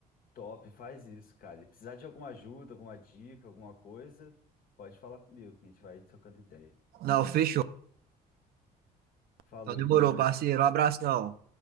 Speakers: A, on the left; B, on the right.
A: Top, faz isso, cara. E precisar de alguma ajuda, alguma dica, alguma coisa, pode falar comigo, que a gente vai trocando ideia.
B: Não, fechou.
A: Falou
B: Então demorou,
A: então, cara.
B: parceiro. Um abração.